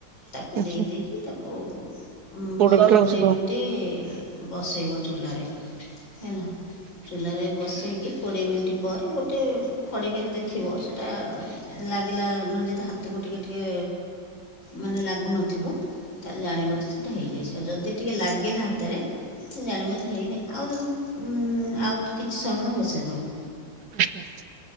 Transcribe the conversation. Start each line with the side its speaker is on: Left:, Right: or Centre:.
Left: ତାକୁ
Right: ଆଛା
Left: ଦେଇ ଦେଇକି ତାକୁ ଉଁ
Right: ପୋଡ
Left: ପନ୍ଦର
Right: ପିଠା
Left: କୋଡିଏ
Right: ଔଷଧ
Left: ମିନିଟ୍ ବସେଇବ ଚୁଲାରେ ହେଲା ଚୁଲାରେ ବସେଇକି କୋଡ଼ିଏ ମିନିଟ୍ ପରେ ଗୋଟେ ଖଡ଼ିକାରେ ଦେଖିବ ସେଇଟା ଲାଗିଲା ମାନେ ଯଦି ହାତକୁ ଟିକେ ଟିକେ ମାନେ ଲାଗୁନଥିବ ତାହେଲେ ଜାଣିବ ଯେ ସେଇଟା ହେଇଯାଇଚି ଆଉ ଯଦି ଟିକେ ଲାଗ ଗିଲା ହାତରେ ତ ଜାଣିବ ଯେ ହେଇନି ଆଉ ଯଦି ଉ ମ ଆଉ କିଛି ସମୟ ବସେଇଦବ
Right: ଆଛା।